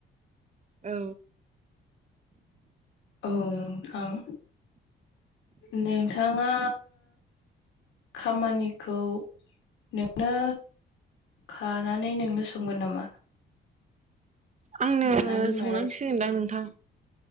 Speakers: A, on the right (about 35°); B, on the left (about 80°).
A: औ।
B: औ‌ नोंथां। नोंथाङा खामानिखौ नोंनो खानानै नोंनो संगोन नामा?
A: आंनो
B: ना बिमाया
A: संनांसिगोनदां नोंथां